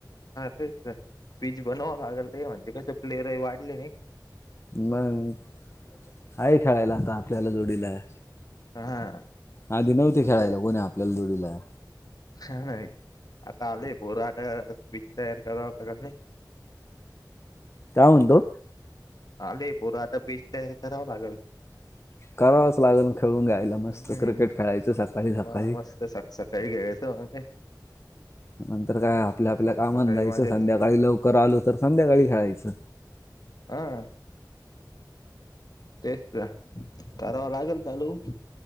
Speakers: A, on the left; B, on the left.
A: ते पीच बनवावं लागेल म्हणजे कस प्लेयर वाढले नाही का.
B: मग आहे खेळायला आता आपल्याला जोडीला आहे.
A: का हा
B: आधी नव्हते
A: मग
B: खेळायला कोण आपल्याला जोडीला.
A: छान नाही आता आले पोर पीच तयार करावा लागल नाही.
B: का म्हत.
A: आले पोर आता पीच तयार कराव लागेल.
B: <inaudible> करावाच लागेल खेळून घ्यायला मस्त
A: हम्म
B: क्रिकेट खेळायचं सकाळी सकाळी.
A: मग मस्त सक सकाळी खेळायचं मग काय
B: नंतर काय आपल्या आपल्या कामाात
A: सकाळी
B: जायचं
A: मजा येते
B: संध्याकाळी लवकर आलो तर संध्याकाळी खेळायचं.
A: हम. तेच करावा लागेल चालू.